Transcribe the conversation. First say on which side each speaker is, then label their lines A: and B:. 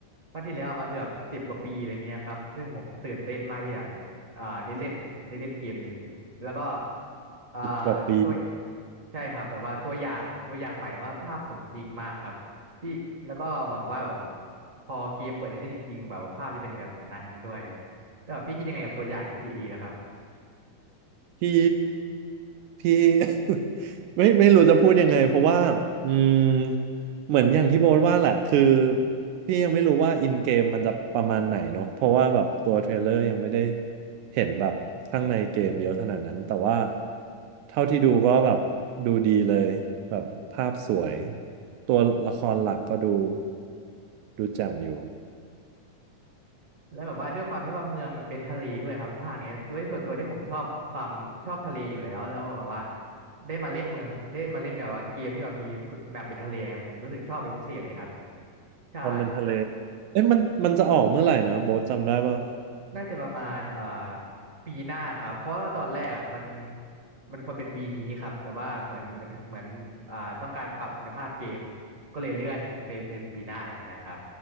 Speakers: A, on the right (about 45°); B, on the right (about 75°).
A: ภาคที่แล้วมาเกือบสิบกว่าปีอะไรเงี้ยครับซึ่งผมตื่นเต้นมากที่จะอ่าได้เล่นได้เล่นเกมนี้แล้วก็อ่า
B: อีกกว่าปี
A: ตัวใช่ครับแบบว่าตัวอย่างตัวอย่างใหม่ว่าภาพสมจริงมากครับพี่แล้วก็หวังว่าแบบพอเกมเปิดให้เล่นจริงๆแบบว่าภาพจะเป็นแบบนั้นด้วยแล้วแบบพี่คิดยังไงกับตัวอย่าง GTA นะครับ
B: พี่พี่ <laughs> ไม่ไม่รู้จะพูดยังไงเพราะว่าอืมเหมือนอย่างที่โบทว่าแหละคือพี่ยังไม่รู้ว่าอินเกมมันจะประมาณไหนเนาะเพราะว่าแบบตัวเทรลเลอร์ยังไม่ได้เห็นแบบข้างในเกมเยอะขนาดนั้นแต่ว่าเท่าที่ดูก็แบบดูดีเลยแบบภาพสวยตัวละครหลักก็ดูดูแจ่มอยู่
A: แล้วแบบว่าด้วยความที่ว่าเมืองมันเป็นทะเลด้วยครับภาคเนี้ยด้วยส่วนตัวที่ผมชอบความชอบทะเลอยู่แล้วแล้วแบบว่าได้มาเล่นเมืองได้มาเล่นแบบว่าเกมที่แบบมีแมปเป็นทะเลครับผมรู้สึกชอบเป็นพิเศษเลยครับใช่
B: ตอนเป็นทะเลเอ๊ะมันมันจะออกเมื่อไหร่นะโบ๊ทจำได้ปะ
A: น่าจะประมาณเอ่อปีหน้าครับเพราะว่าตอนแรกอ่ะมันมันควรเป็นปีนี้ครับแต่ว่าเหมือนมีปัญหาเหมือนอ่าต้องการปรับคุณภาพเกมก็เลยเลื่อนไปเป็นปีหน้าอะไรอย่างเงี้ยครับ